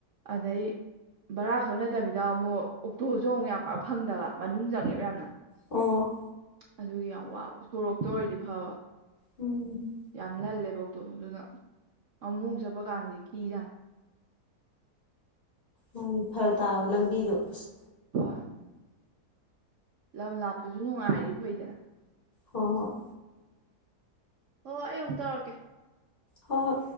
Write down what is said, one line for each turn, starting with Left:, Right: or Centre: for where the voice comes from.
Right: ꯑꯗꯩ ꯕꯔꯥ ꯈꯛ ꯅꯠꯇꯕꯤꯗ ꯑꯃꯨꯛ ꯑꯣꯛꯇꯣꯁꯨ ꯑꯃꯨꯛ ꯌꯥꯝ ꯄꯥꯛ ꯐꯪꯗꯕ ꯃꯅꯨꯡ ꯆꯪꯉꯦꯕ ꯌꯥꯝꯅ
Left: ꯑꯣ
Right: ꯑꯗꯨꯒꯤ ꯌꯥꯝ ꯋꯥꯕ ꯁꯣꯔꯣꯛꯇ ꯑꯣꯏꯔꯗꯤ ꯐꯕ
Left: ꯎꯝ
Right: ꯌꯥꯝ ꯉꯜꯂꯦ ꯊꯕꯛꯇꯣ ꯑꯗꯨꯅ ꯑꯃꯨꯛꯃꯨꯛ ꯆꯠꯄ ꯀꯥꯟꯗꯗꯤ ꯈꯤꯖꯥꯅꯤ
Left: ꯎꯝ ꯐꯔꯛ ꯇꯥꯕ ꯂꯝꯕꯤꯗꯣ ꯑꯁ
Right: ꯍꯣꯏ ꯂꯝ ꯂꯥꯞꯄꯁꯨ ꯅꯨꯡꯉꯥꯏꯔꯤ ꯐꯩꯗꯅ
Left: ꯍꯣꯏ ꯍꯣꯏ
Right: ꯍꯣꯏ ꯑꯩ ꯑꯃꯨꯛ ꯇꯧꯔꯛꯀꯦ
Left: ꯍꯣꯏ ꯍꯣꯏ